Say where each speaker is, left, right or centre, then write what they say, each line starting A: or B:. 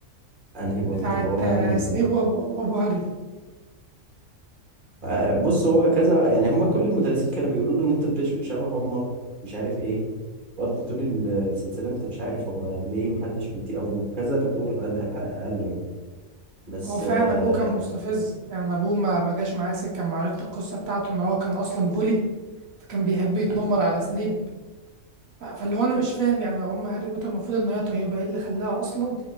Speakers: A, on the right; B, on the right.
A: أنهي
B: بتاعت
A: بوينت اللي هو يعني
B: آه، سنيب وابو وأبو هاري
A: آه، بص هو كذا يعني هم كل المدرسين كانوا بيقولوا له ان انت بتش- شبه هم مش عارف ايه برضه طول ال- السلسله انت مش عارف هو ليه محدش بيطيق ابوه كذا دكتور قال قال له يعني بس
B: هو فعلا
A: آه،
B: ابوه كان مستفز يعني ابوه ما ما جاش معاه سكه لما عرفت القصه بتاعته ان هو كان اصلا بولي فكان بيحب يتنمر على سنيب ف- فاللي هو انا مش فاهم يعني ام هاري بوتر المفروض ان هي طيبه ايه اللي خلاها اصلا